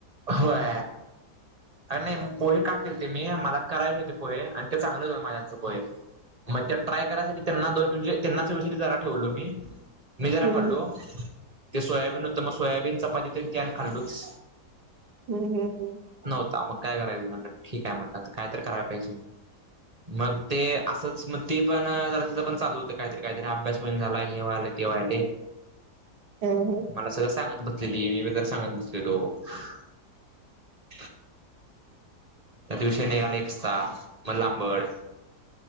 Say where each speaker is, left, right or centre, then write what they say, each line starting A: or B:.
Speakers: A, on the right; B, on the right.
A: होय अर नाही पोहे का केलेते मी मला करायचे होते पोहे ते चांगलेच होते माझ्या हातचे पोहे मग त्या ट्राय करायसाठी त्यांना दोन म्हणजे त्यांना चवीसाठी ठेवले मी मी जरा
B: हम्म
A: खल्लो ते सोयाबीन होतं मग सोयाबीन चपाती तर त्यात खाल्लोच
B: हम्म हम्म हम्म
A: हो मग काय करायचं म्हण ठीक आहे म्हण कायतरी कराय पाहिजे मग ते असंच मग ती पण ज तिचं पण चालू होत काहीतरी काहीतरी अभ्यास हो झाला हे वा्हालं तेव्हाहिले
B: ह ह
A: मला सगळं सांगा बसलेली मी बदर सांगत बसलेलो <unintelligible> त्या दिवशीय निघाला एक साप मग लांबड